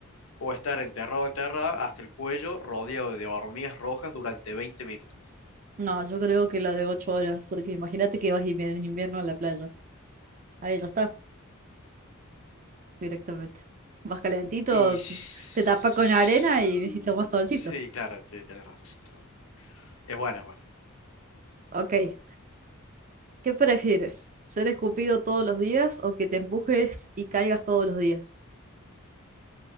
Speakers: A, on the left; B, on the right.
A: o estar enterrado, enterrada hasta el cuello, rodeado de hormigas rojas durante 20 minutos.
B: No, yo creo que la de ocho horas, porque imagínate que vas invi- en invierno a la playa. Ahí ya está, directamente. Vas calentito,
A: Y sí,
B: te te tapas con arena y, <laughs> y tomas solcito.
A: claro, sí, tienes razón. tienes razón. Es bueno, es bueno.
B: Ok, ¿qué prefieres? ¿Ser escupido todos los días o que te empujes y caigas todos los días?